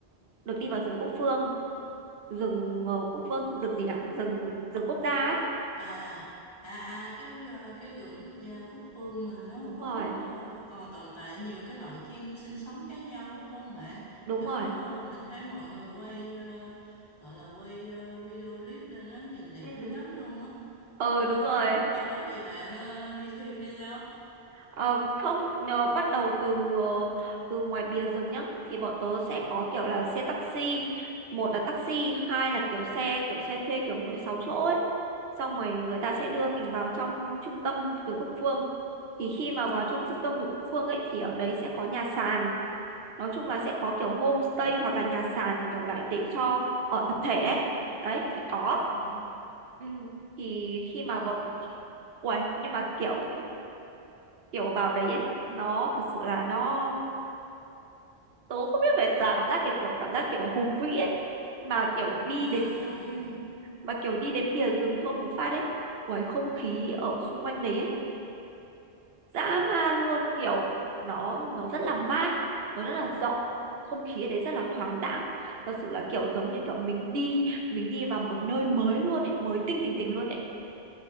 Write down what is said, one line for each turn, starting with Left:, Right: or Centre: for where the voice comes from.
Right: được đi vào rừng Quốc Phương rừng ờ, Quốc Phương rừng gì cả rừng
Left: Ồ.
Right: rừng quốc gia ấy
Left: à à à cái ờ, cái vườn quốc gia Cúc Phương mà nó
Right: đúng
Left: có
Right: rồi
Left: ờ, còn tồn tại nhiều cái loại chim sinh sống khác nhau đó phải không bạn
Right: đúng
Left: chỗ
Right: rồi
Left: đó ờ, mình thấy mọi người quay ờ, gọi là quay ờ, video clip lên đó nhìn đẹp
Right: ừ
Left: dữ lắm luôn á
Right: ờ
Left: Ờ,
Right: đúng rồi
Left: lúc ở đó thì bạn ờ, đi thuyền hay sao
Right: Ờ, không nhờ bắt đầu từ ờ, từ ngoài bìa rừng nhá thì bọn tớ sẽ có
Left: ừ.
Right: kiểu là xe taxi một là taxi hai là kiểu xe kiểu xe thuê kiểu 16 chỗ ấy xong rồi người ta sẽ đưa mình vào trong trung tâm Vườn Quốc Phương thì khi mà vào trong trung tâm Vườn Quốc Phương ấy thì ở đấy sẽ có nhà sàn nói chung là sẽ có
Left: Ồ,
Right: kiểu homestay hoặc là nhà sàn kiểu lại để cho ở tập thể ấy đấy thì có
Left: ồ,
Right: ừ. thì khi mà
Left: ồ.
Right: bọn Uầy, nhưng mà kiểu kiểu vào đấy ấy nó thật sự là nó tớ không biết phải là cảm giác kiểu kiểu cảm giác kiểu hùng vĩ ấy mà kiểu đi
Left: À,
Right: đến ừ, mà kiểu đi đến bìa rừng thôi một phát ấy ui không khí ở xung quanh đấy ấy dã man luôn kiểu nó nó rất là mát nó rất là rộng không khí ở đấy rất là thoáng đãng thật sự là kiểu giống như kiểu mình đi mình đi vào một nơi mới luôn ấy mới tinh tỉnh tỉnh luôn ấy